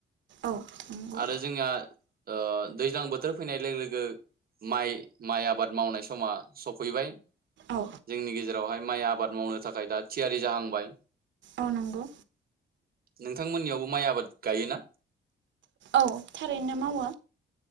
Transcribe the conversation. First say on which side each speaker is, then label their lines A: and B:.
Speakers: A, on the right (about 80°); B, on the right (about 50°).
A: औ नंगौ
B: आरो जोंहा ओ दैज्लां बोथोर फैनाय लोगो लोगो माइ माइ आबाद मावनाय समा सफैबाय।
A: औ
B: जोंनि गेजेरावहाय माइ आबाद मावनो थाखाय दा थियारि जाहांबाय
A: अ नंगौ
B: नोंथांमोननियावबो माइ आबाद गायोना?
A: औ थारैनो मावो